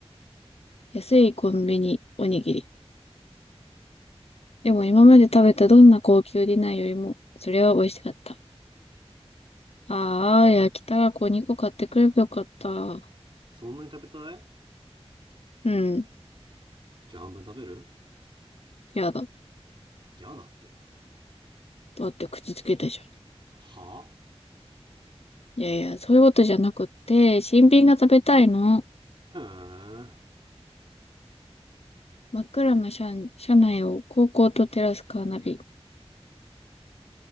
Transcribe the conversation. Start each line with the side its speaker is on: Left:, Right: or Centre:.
Left: 安いコンビニおにぎり。でも今まで食べたどんな高級ディナーよりも、それは美味しかった。ああ、焼きたらこ2個買ってくればよかった。
Right: そんなに食べたい
Left: うん、
Right: じゃあ半分食べる
Left: やだ。
Right: やだって
Left: だって口つけたじゃん
Right: は
Left: いやいや、そういうことじゃなくって、新品が食べたいの。
Right: あふーん
Left: 真っ暗な車、車内を高校と照らすカーナビ。